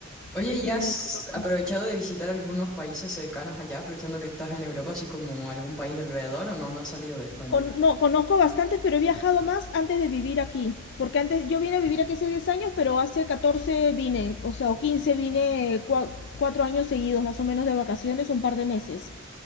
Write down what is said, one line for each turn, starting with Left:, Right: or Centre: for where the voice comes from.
Centre: Oye,
Left: antes
Centre: ¿y
Left: que
Centre: has
Left: venir a Europa.
Centre: aprovechado de visitar algunos países cercanos allá, aprovechando que estás en Europa, así como algún país de alrededor, o no, no has salido de España?
Left: Con- no, conozco bastantes, pero he viajado más antes de vivir aquí. Porque antes yo vine a vivir aquí hace 10 años, pero hace 14 vine, o sea, o 15 vine cua- cuatro años seguidos, más o menos de vacaciones, un par de meses